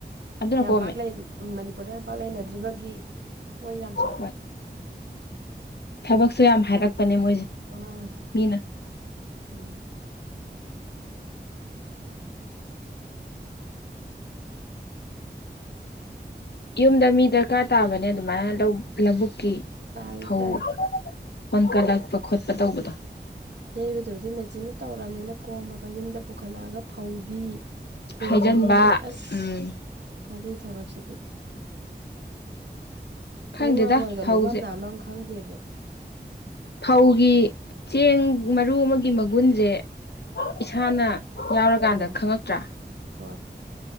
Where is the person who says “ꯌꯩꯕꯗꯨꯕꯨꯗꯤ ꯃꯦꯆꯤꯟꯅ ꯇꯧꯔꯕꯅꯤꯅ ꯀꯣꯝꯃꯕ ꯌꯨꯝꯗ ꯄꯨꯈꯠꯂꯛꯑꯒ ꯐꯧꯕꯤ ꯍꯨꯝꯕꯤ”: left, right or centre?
Right